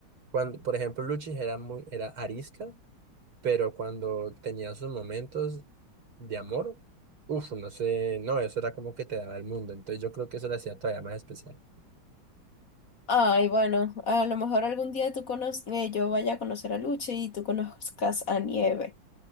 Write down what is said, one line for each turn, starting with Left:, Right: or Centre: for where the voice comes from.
Right: cuando, por ejemplo, Luchi era muy, era arisca, pero cuando tenía sus momentos de amor, uff, no sé, no, eso era como que te daba el mundo. Entonces yo creo que eso lo hacía todavía más especial.
Left: Ay, bueno, a lo mejor algún día tú conoces, yo vaya a conocer a Luche y tú conozcas a Nieve.